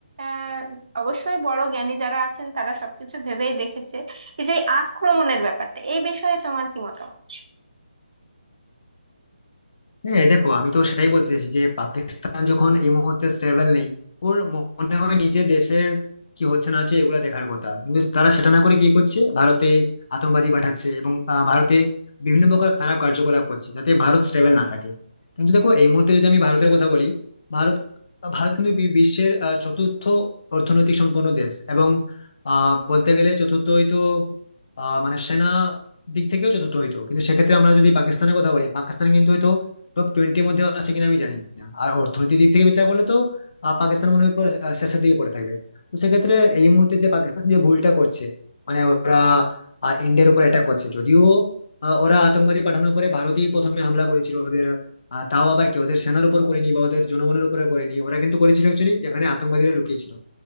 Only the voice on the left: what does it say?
হ্যাঁ দেখো আমি তো সেটাই বলতে চাইছি যে পাকিস্তান যখন এই মুহূর্তে স্টেবল নেই ওর মনে হয় নিজের দেশের কি হচ্ছে না হচ্ছে এগুলা দেখার কথা কিন্তু তারা সেটা না করে কি করছে ভারতে আতঙ্কবাদী পাঠাচ্ছে এবং আহ, ভারতে বিভিন্ন প্রকার খারাপ কার্যকলাপ করছে যাতে ভারত স্টেবল না থাকে কিন্তু দেখো এই মুহূর্তে যদি আমি ভারতের কথা বলি ভারত ভারত কিন্তু বি- বিশ্বের আহ, চতুর্থ অর্থনৈতিক সম্পন্ন দেশ এবং আহ বলতে গেলে চতুর্থ হয়তো আহ মানে সেনা দিক থেকেও চতুর্থ হইতো কিন্তু সেক্ষেত্রে আমরা যদি পাকিস্তানের কথা বলি পাকিস্তান কিন্তু হয়তো টপ টোয়েন্টির মধ্যে আসে কিনা আমি জানি না আর অর্থনীতির দিক থেকে বিচার করলে তো আহ, পাকিস্তান মনে হয় পুরো আহ, শেষের দিকে পড়ে থাকবে তো সেক্ষেত্রে এই মুহূর্তে যে পাকিস্তান যে ভুলটা করছে মানে ওরা আহ, ইন্ডিয়ার উপর অ্যাটাক করছে যদিও আহ, ওরা আতঙ্কবাদী পাঠানোর পরে ভারতই প্রথমে হামলা করেছিল ওদের আহ, তাও আবার কি ওদের সেনার উপর করেনি বা ওদের জনগণের উপরে করেনি ওরা কিন্তু করেছিল অ্যাকচুয়ালি যেখানে আতঙ্কবাদীরা লুকিয়েছিল